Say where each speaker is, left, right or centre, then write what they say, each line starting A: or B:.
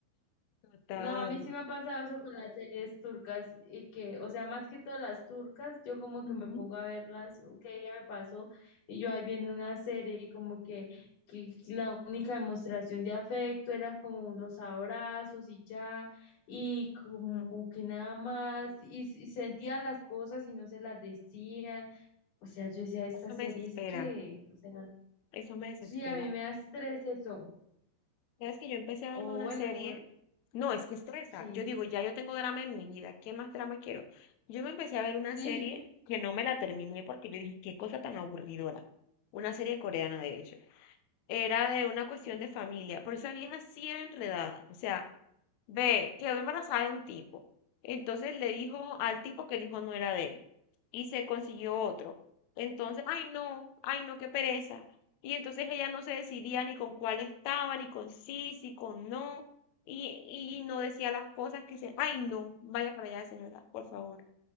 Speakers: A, on the left (about 80°); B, on the left (about 60°).
A: Total.
B: No, a mí sí me ha pasado eso con las series turcas y que, o sea, más que todas las turcas, yo como que
A: Ujú.
B: me pongo a verlas, que ella me pasó y yo ahí viendo una serie y como que, que la única demostración de afecto era como los abrazos y ya, y como
A: Ajá.
B: que nada más, y, y sentían las cosas y no se las decían, o sea, yo decía, esta
A: Eso
B: serie
A: me desespera,
B: es que, o sea,
A: eso me desespera.
B: sí, a mí me da estrés eso,
A: Sabes que yo empecé a verme
B: o
A: una
B: bueno,
A: serie,
B: o-
A: no, es que estresa.
B: sí,
A: Yo digo, ya yo tengo drama en mi vida, ¿qué más drama quiero? Yo me empecé a ver una
B: sí.
A: serie que no me la terminé porque yo dije, qué cosa tan aburridora. Una serie coreana, de hecho. Era de una cuestión de familia, pero esa vieja sí era enredada. O sea, Ve, quedó embarazada de un tipo. Entonces le dijo al tipo que el hijo no era de él y se consiguió otro. Entonces, ay no, ay no, qué pereza. Y entonces ella no se decidía ni con cuál estaba, ni con sí, sí con no, y, y no decía las cosas que se, ay no, vaya para allá, señora, por favor,